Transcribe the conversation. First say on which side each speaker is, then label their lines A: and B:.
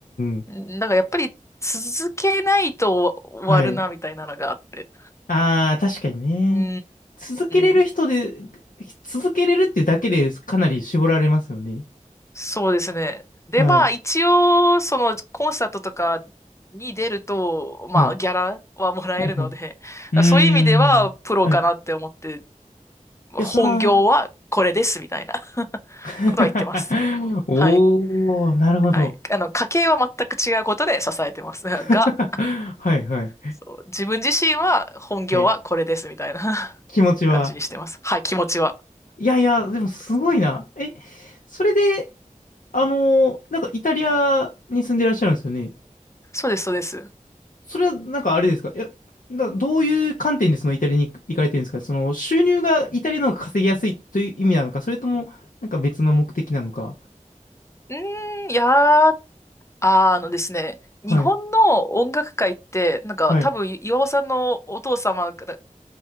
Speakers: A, on the left; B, on the left.
A: ん、
B: んなんかやっぱり続けないと終わるな、
A: はい。
B: みたいなのがあって。
A: あー、確かにね。
B: うーん、
A: 続けれる人で、
B: うんうん
A: 続けれるっていうだけでかなり絞られますよね。
B: そうですね。で、
A: はい、
B: まあ一応、そのコンサートとかに出ると、まあギャラはもらえるので、
A: はい。うんうんうーん。
B: そういう意味ではプロかなって思って、
A: はい。い
B: 本業はこれです、
A: や、そら、
B: みたいな <laughs>
A: <laughs>
B: ことは言ってます。
A: おー、
B: はい。
A: なるほど。
B: はい。あの、家計は全く違うことで支えてます。
A: <laughs>
B: <laughs> が、
A: はいはい。
B: そう、自分自身は本業はこれですみたいな
A: え、気持ちは。
B: <laughs> 感じにしてます。はい、気持ちは。
A: いやいや、でもすごいな。
B: そうそう。
A: え、それで、あのーなんかイタリアに住んでらっしゃるんですよね。
B: そうです、そうです。う
A: それはなんかあれですかえ、な、どういう観点でそのイタリアに行かれてるんですかその収入がイタリアの方が稼ぎやすいという意味なのか、それともなんか別の目的なのか。
B: ーん、いやー、あーあのですね、日本の音楽界って、
A: はい。
B: なんか多分岩尾さんのお父様が
A: はい。